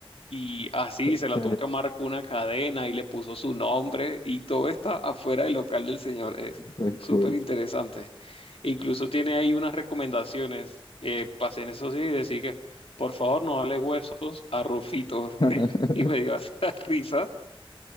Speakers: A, on the left; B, on the left.
A: Y así
B: Ok,
A: se la tuvo que amar con una cadena y le puso su nombre y todo está afuera del local del señor. Es
B: fue cool.
A: súper interesante. Incluso tiene ahí unas recomendaciones. Eh, pasé en eso sí y decía que por favor no dale huesos a Rufito.
B: <laughs>
A: <laughs> Y me dio hasta <laughs> risa.